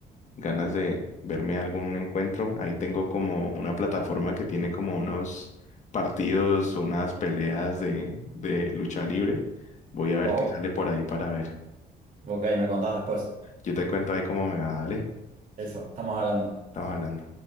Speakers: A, on the left; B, on the right.
A: ganas de verme algún encuentro. Ahí tengo como una plataforma que tiene como unos partidos, unas peleas de, de lucha libre. Voy a ver
B: Oh,
A: qué sale por ahí para ver.
B: ok, me contás después.
A: Yo te cuento ahí cómo me va, dale.
B: Eso, estamos hablando.
A: Estamos hablando.